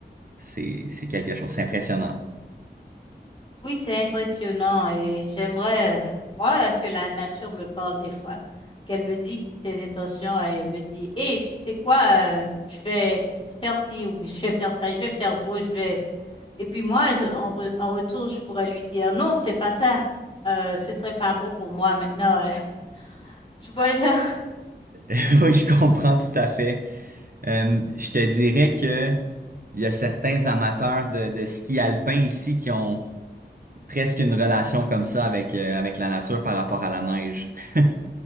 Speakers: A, on the right; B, on the left.
A: c'est c'est quelque chose, c'est impressionnant.
B: Oui, c'est impressionnant et j'aimerais, euh, moi, que la nature me parle des fois, qu'elle me dise ses intentions et me dit, Hé, tu sais quoi, euh, je vais faire ci ou je vais faire ça, je vais faire beau, je vais. Et puis moi, je- en, re- en retour, je pourrais lui dire, non, fais pas ça, euh, ce serait pas beau pour moi maintenant. euh. <laughs> Tu vois, genre.
A: <laughs> Oui, je comprends tout à fait. Euh, je te dirais que il y a certains amateurs de, de ski alpin ici qui ont presque une relation comme ça avec, euh, avec la nature par rapport à la neige. <laughs>